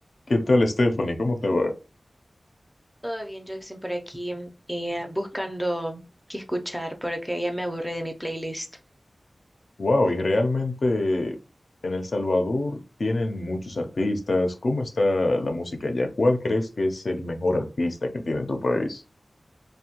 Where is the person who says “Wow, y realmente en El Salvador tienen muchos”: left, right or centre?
Left